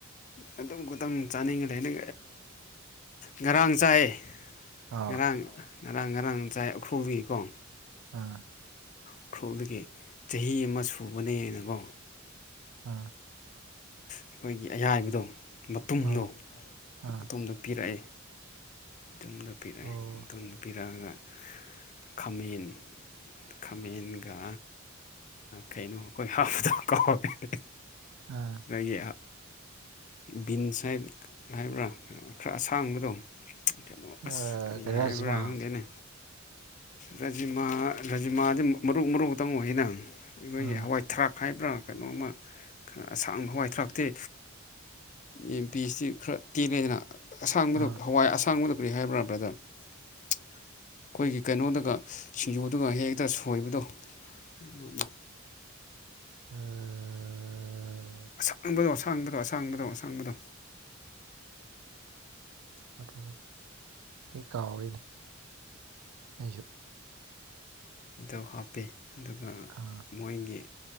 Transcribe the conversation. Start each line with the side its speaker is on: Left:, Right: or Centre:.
Left: ꯑꯗꯨꯝ ꯇꯪ ꯆꯥꯅꯤꯡꯉ ꯂꯩꯅ ꯉꯔꯥꯡ ꯆꯥꯏ
Right: ꯑꯧ
Left: ꯉꯔꯥꯡ ꯉꯔꯥꯡ ꯉꯔꯥꯡ ꯆꯥꯏ ꯎꯈ꯭ꯔꯨꯜꯒꯤꯀꯣ
Right: ꯑꯥ
Left: ꯎꯈ꯭ꯔꯨꯜꯗꯒꯤ ꯆꯍꯤ ꯑꯃ ꯁꯨꯕꯅꯦꯅꯀꯣ
Right: ꯑꯝ
Left: ꯑꯩꯈꯣꯏꯒꯤ ꯑꯌꯥꯏꯕꯗꯣ ꯃꯇꯨꯝꯗꯣ
Right: ꯑꯧ ꯑꯥ
Left: ꯃꯇꯨꯝꯗꯣ ꯄꯤꯔꯛꯑꯦ ꯃꯇꯨꯡꯨꯝꯗ ꯄꯤꯔꯛꯑꯦ
Right: ꯑꯣ
Left: ꯃꯇꯨꯡꯗ ꯄꯤꯔꯛꯑꯒ ꯈꯥꯃꯦꯟ ꯈꯥꯃꯦꯟꯒ ꯀꯩꯅꯣ ꯑꯩꯈꯣꯏ ꯍꯥꯎꯗ ꯀꯥꯎ ꯄꯔ
Right: ꯑꯥ
Left: ꯑꯩꯒꯤ ꯕꯤꯟꯁ ꯍꯥꯏꯕ꯭ꯔꯥ ꯈꯔ ꯑꯁꯥꯡꯕꯗꯣ ꯀꯩꯅꯣ ꯑꯁ
Right: ꯑꯥ
Left: ꯀꯔꯤ ꯍꯥꯏꯕ꯭ꯔꯥ
Right: ꯔꯖꯃꯥ
Left: ꯈꯪꯗꯦꯅꯦ ꯔꯖꯤꯃꯥ ꯔꯖꯤꯃꯗꯤ ꯃꯔꯨ ꯃꯔꯨ ꯈꯛꯇꯪ ꯑꯣꯏꯌꯦꯅꯪ ꯑꯩꯈꯣꯏꯒꯤ
Right: ꯑꯥ
Left: ꯍꯋꯥꯏ ꯊꯔꯥꯛ ꯍꯥꯏꯕ꯭ꯔꯥ ꯀꯩꯅꯣꯝꯃ ꯈꯔ ꯑꯁꯥꯡ ꯍꯋꯥꯏ ꯊꯔꯥꯛꯇꯤ ꯑꯦꯝ ꯄꯤꯇ ꯈꯔ ꯇꯦꯜꯂꯦꯗꯅ ꯑꯁꯥꯡꯕꯗ
Right: ꯑꯥ ꯑꯥ
Left: ꯍꯋꯥꯏ ꯑꯁꯥꯡꯕꯗ ꯀꯔꯤ ꯍꯥꯏꯕ꯭ꯔꯥ ꯕ꯭ꯔꯗꯔ ꯑꯩꯈꯣꯏꯒꯤ ꯀꯩꯅꯣꯗꯒ ꯁꯤꯡꯖꯨꯗꯨꯒ ꯍꯦ ꯍꯦꯛꯇ ꯁꯣꯏꯕꯗꯣ ꯀꯩꯅ
Right: ꯎ
Left: ꯑꯁꯥꯡꯕꯗꯣ ꯑꯁꯥꯡꯕꯗꯣ ꯑꯁꯥꯡꯕꯗꯣ ꯑꯁꯥꯡꯕꯗꯣ
Right: ꯐ ꯐ ꯑꯩ ꯀꯥꯎꯔꯤꯅꯤ ꯑꯩꯁꯨ
Left: ꯗꯧ ꯍꯥꯞꯄꯤ ꯑꯗꯨꯒ
Right: ꯑꯥ
Left: ꯃꯣꯏꯒꯤ